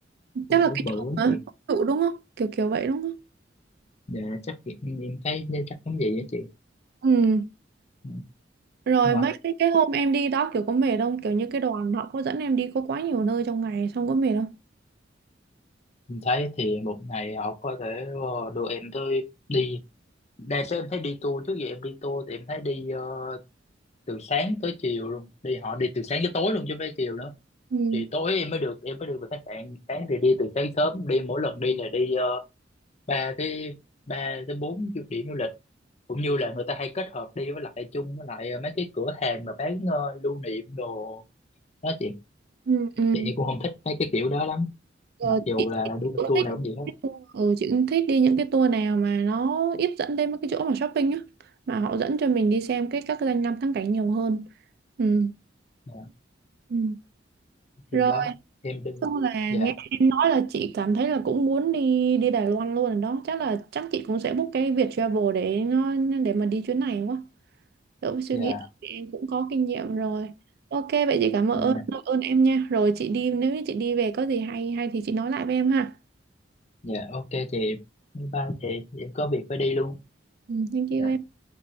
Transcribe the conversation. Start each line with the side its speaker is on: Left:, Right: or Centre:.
Right: chắc
Left: Ừ,
Right: là
Left: cũng
Right: cái
Left: bự
Right: chỗ
Left: lắm
Right: hả
Left: chị
Right: trụ đúng không kiểu kiểu vậy đúng không
Left: dạ, chắc chị- em em thấy chắc giống vậy á chị
Right: ừ.
Left: Ừ,
Right: rồi
Left: Đúng rồi.
Right: mấy cái cái hôm em đi đó kiểu có mệt không kiểu như cái đoàn họ có dẫn em đi có quá nhiều nơi trong ngày xong có mệt không
Left: Em thấy thì một ngày họ có thể ờ, đưa em tới đi đa số em thấy đi tour trước giờ em đi tour thì em thấy đi ờ, từ sáng tới chiều luôn đi họ đi từ sáng tới tối luôn chứ không phải chiều nữa
Right: ừ.
Left: thì tối em mới được em mới được về khách sạn sáng thì đi từ sáng sớm đi mỗi lần đi là đi ờ, ba tới ba tới bốn du- điểm du lịch cũng như là người ta hay kết hợp đi với lại chung với lại mấy cái cửa hàng mà bán ờ, lưu niệm đồ đó chị
Right: Ừ. Ừ.
Left: chị em cũng không thích mấy cái kiểu đó lắm
Right: Ờ,
Left: mặc dù
Right: chị
Left: là
Right: chị
Left: đu-
Right: cũng
Left: tour
Right: thích
Left: nào cũng vậy hết
Right: cái tour- ừ, chị cũng thích đi những cái tour nào mà nó ít dẫn đến mấy cái chỗ mà shopping á mà họ dẫn cho mình đi xem cái các cái danh lam thắng cảnh nhiều hơn ừ.
Left: Dạ,
Right: Ừ. rồi
Left: thì đó em đi
Right: xong là
Left: dạ
Right: nghe em nói là chị cảm thấy là cũng muốn đi đi Đài Loan luôn rồi đó chắc là chắc chị cũng sẽ book cái Viet Travel để nó để mà đi chuyến này quá đỡ phải suy
Left: dạ
Right: nghĩ thì em cũng có kinh nghiệm rồi ok vậy chị cảm ơn
Left: dạ.
Right: ơn em nha rồi chị đi nếu như chị đi về có gì hay hay thì chị nói lại với em ha
Left: Dạ ok chị, bye bye chị, em có việc phải đi luôn.
Right: ừ, thank you
Left: Dạ.
Right: em